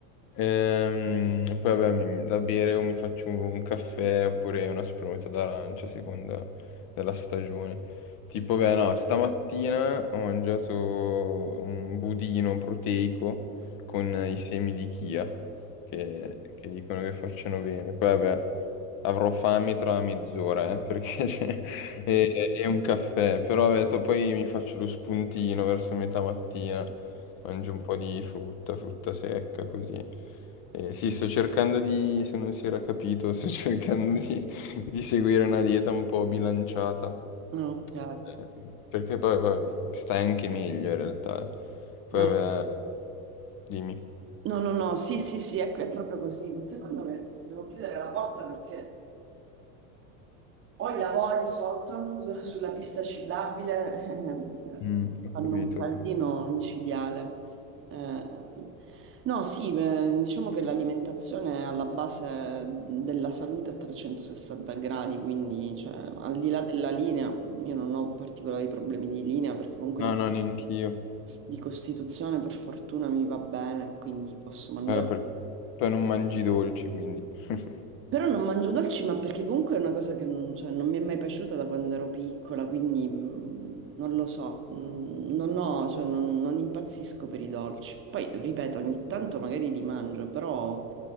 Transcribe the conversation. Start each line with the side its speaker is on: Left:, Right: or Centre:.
Left: Ehm, poi vabbè, mi- da bere o mi faccio un caffè oppure una spremuta d'arancia a seconda della stagione. Tipo, beh, no, stamattina ho mangiato un budino proteico con i semi di chia che, che dicono che facciano bene. Poi vabbè, Avrò fame tra mezz'ora, eh, perché <laughs> c'è è, è un caffè, però vabbè, to- poi mi faccio lo spuntino verso metà mattina, mangio un po' di frutta, frutta secca, così. Eh, sì, sto cercando di, se non si era capito, sto <laughs> cercando di, di seguire una dieta un po' bilanciata,
Right: Ok,
Left: eh, perché poi, poi stai anche meglio in realtà. eh. Poi
Right: ma
Left: vabbè,
Right: s-
Left: dimmi.
Right: no, no, no, sì, sì, sì, ecco, è proprio così. Un secondo che devo chiudere la porta perché... Poi lavori sotto <laughs> sulla pista ciclabile, eh,
Left: Mm, ho
Right: fanno
Left: capito.
Right: un caldino incidiale. Eh, no, sì, eh, diciamo che l'alimentazione è alla base della salute a 360 gradi, quindi cioè, al di là della linea, io non ho particolari problemi di linea perché comunque
Left: No,
Right: di,
Left: no, neanch'io.
Right: di costituzione per fortuna mi va bene, quindi posso mangiare.
Left: Eh, Poi non mangi i dolci, quindi. <laughs>
Right: Però non mangio dolci, ma perché comunque è una cosa che non, cioè, non mi è mai piaciuta da quando ero piccola, quindi mh, non lo so, mh, non ho, cioè, non, non impazzisco per i dolci. Poi, ripeto, ogni tanto magari li mangio, però